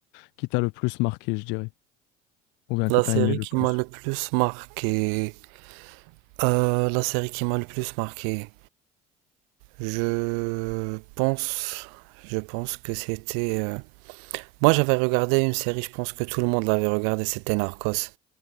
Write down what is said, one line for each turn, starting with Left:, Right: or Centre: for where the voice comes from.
Left: qui t'a le plus marqué, je dirais, ou bien
Right: La
Left: que t'as
Right: série
Left: aimé le
Right: qui
Left: plus?
Right: m'a le plus marqué, euh, la série qui m'a le plus marqué, je pense, je pense que c'était, euh, moi, j'avais regardé une série, je pense que tout le monde l'avait regardée, c'était Narcos.